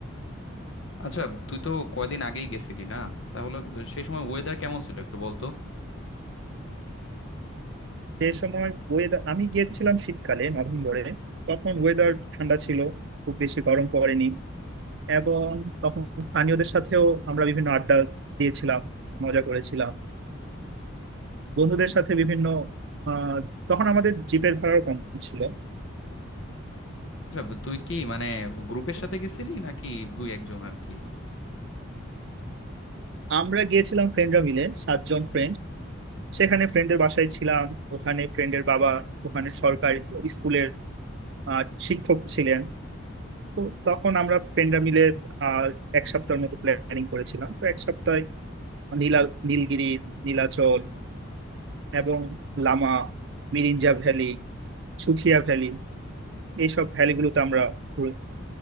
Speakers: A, on the left; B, on the right.
A: আচ্ছা তুই তো কয়দিন আগেই গেছিলি না তাহলে সেই সময় ওয়েদার কেমন ছিল একটু বলতো
B: সেই সময় ওয়েদার আমি গিয়েছিলাম শীতকালে নভেম্বরে তখন ওয়েদার ঠান্ডা ছিল খুব বেশি গরম পড়েনি এবং তখন স্থানীয়দের সাথেও আমরা বিভিন্ন আড্ডা দিয়েছিলাম মজা করেছিলাম বন্ধুদের সাথে বিভিন্ন আহ, তখন আমাদের জিপের ভাড়াও কম ছিল
A: আচ্ছা তুই কি মানে গ্রুপের সাথে গেছিলি নাকি দুই একজন আর কি
B: আমরা গিয়েছিলাম ফ্রেন্ডরা মিলে সাতজন ফ্রেন্ড সেখানে ফ্রেন্ডের বাসায় ছিলাম ওখানে ফ্রেন্ডের বাবা ওখানে সরকারি স্কুলের আহ, শিক্ষক ছিলেন তো তখন আমরা ফ্রেন্ডরা মিলে আহ, এক সপ্তাহের মতো প্ল্যানিং করেছিলাম তো এক সপ্তাহে নীলা নীলগিরি নীলাচল এবং লামা মিরিঞ্জা ভ্যালি সুখিয়া ভ্যালি এইসব ভ্যালিগুলোতে আমরা ঘুরে